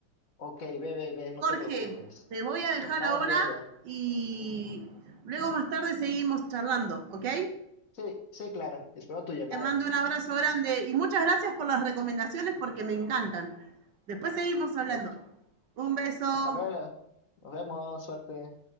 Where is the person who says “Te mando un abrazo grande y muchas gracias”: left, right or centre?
Right